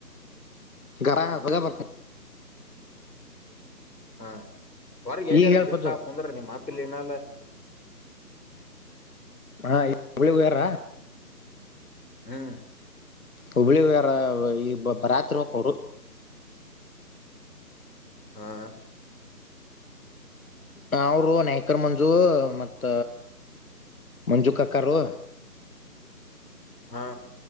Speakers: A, on the left; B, on the left.
A: ಗರ ಬಜಾ ಬರ್ತ
B: ಹಾ ಹೊರಗೆ ಎಲ್ಲಿಯಾರ
A: ಈಗ ಹೇಳ್ಪದು
B: ಗಿಡತ ಹಾಕ ಅಂದ್ರ ನೀಮ್ ಮಾತ್ರ ಪಲೇನ
A: ಹಾ ಈ ಹಳಿ ಬೇರ
B: ಹ್ಮ್
A: ಹುಬ್ಬಳಿಾರ ಈ ಬರಾತ್ರಿ ಹಕ್ ಅವರು
B: ಹಾ
A: ಅವರು ನಾಯ್ಕರ್ ಮಂಜು ಮತ್ತ ಮಂಜು ಕಕಾರ ರುವ
B: ಹಾ